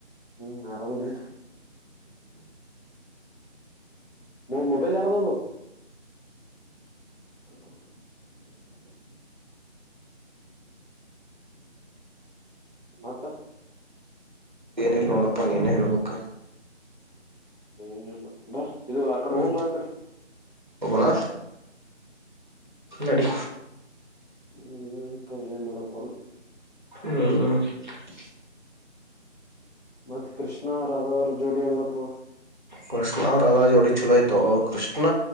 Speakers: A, on the left (about 50°); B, on the right (about 40°).
A: ಹ್ಮ್ ಆರಾಮ್ ಅದೀನಿ ಹ್ಮ್ ಮ ಮೊಬೈಲ್ ಯಾರದ್ ಅದು ಕಲ್ಕೊಂಡು ಮತ್ತ.
B: ಏನಿಲ್ಲ ನೋಡಪಾ ನೀನೇ ಹೇಳ್ಬೇಕ.
A: ಹ್ಮ ಮತ್ತ ಇದು ಆಕಡೆ
B: ಹ್ಮ
A: ಹೋಗೂನು ಬಾ ಆಕಡೆ.
B: ಹೋಗೋಣ ನಡಿ.
A: ಹ್ಮ್ ಹ್ಮ ಪ್ ಏನ್ ಮಾಡಾಕ ಬರತ್ತ.
B: <unintelligible>
A: ಮತ್ತ್ ಕೃಷ್ಣರಾಧಾರ ಜೋಡಿ ಹೆಂಗೈತಿ.
B: ಕೃಷ್ಣರಾಧಾ ಜೋಡಿ ಚಲೋ ಅಯ್ತೋ ಕೃಷ್ಣ